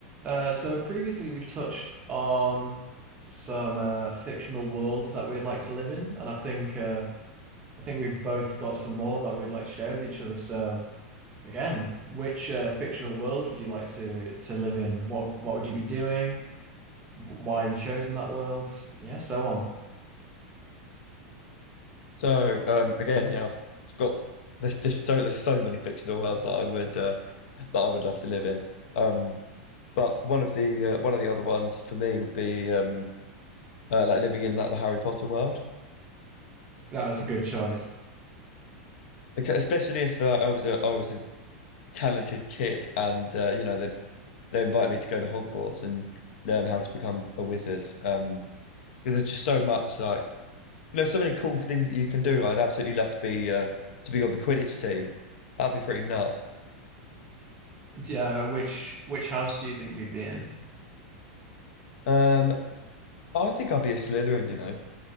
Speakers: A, on the right; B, on the left.
A: Uh, so previously we've touched on some uh, fictional worlds that we'd like to live in, and I think uh, I think we've both got some more that we'd like to share with each other. So again, which uh, fictional world would you like to to live in? What what would you be doing? Why have you chosen that world? Yeah, so on.
B: So um, again, yeah, I've I've got there's, there's so there's so many fictional worlds that I would uh, that I would love to live in. Um, but one of the uh, one of the other ones for me would be um, uh, like living in like the Harry Potter world,
A: No, that's a good choice.
B: because especially if uh, I was a I was a talented kid and uh, you know they they invite me to go to Hogwarts and learn how to become a wizard. Um, because there's just so much like you know so many cool things that you can do. Like, I'd absolutely love to be uh, to be on the Quidditch team. That'd be pretty nuts.
A: Yeah, which which house do you think you'd be in?
B: Um, I think I'll be a Slytherin, you know.